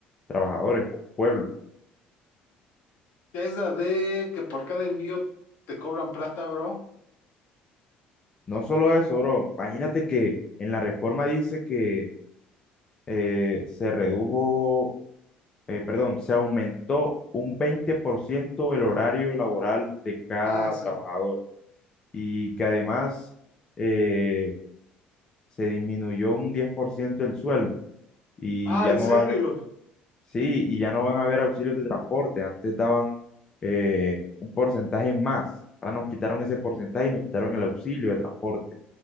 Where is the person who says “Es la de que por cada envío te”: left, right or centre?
Left